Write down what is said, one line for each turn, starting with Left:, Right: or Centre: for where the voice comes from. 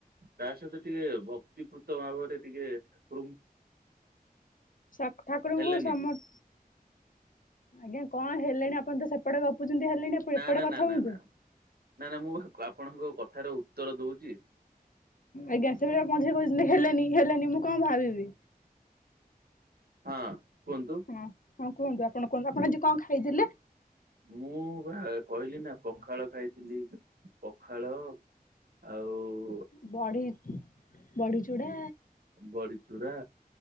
Right: ତା ସହିତ ଟିକେ ଭକ୍ତିପୃତ ଭାବରେ ଟିକେ ରୁମ୍
Left: ସାକ୍ ଠାକୁରଙ୍କୁ
Right: ହେଲେନି।
Left: ସମଥ୍ ଆଜ୍ଞା କଣ ହେଲେଣି ଆପଣ ତ ସେପଟେ ଗପୁଛନ୍ତି ହେଲେଣି ଏପ୍
Right: ନା
Left: ଏପଟେ
Right: ନା
Left: କଥା
Right: ନା ନା
Left: ହୁଅନ୍ତୁ।
Right: ନା ନା- ନା ମୁଁ ଆପଣଙ୍କ କଥାର ଉତ୍ତର ଦୋଉଛି।
Left: ଆଜ୍ଞା ସେତେ ବେଳୁ ମଝିରେ କହୁଛନ୍ତି ହେଲେନି ହେଲେନି ମୁଁ କଣ ଭାବିବି।
Right: ହଁ କୁହନ୍ତୁ।
Left: ହଁ -ହଁ କୁହନ୍ତୁ, ଆପଣ କୁହନ୍ତୁ, ଆପଣ ଆଜି କଣ ଖାଇଥିଲେ?
Right: ମୁଁ ବା କହିଲି ନା ପଖାଳ ଖାଇଥିଲି, ପଖାଳ। ଆଉ-ଉ-ଉ
Left: ବଢି, ବଢ଼ି ଚୁରା।
Right: ବଡିଚୁରା,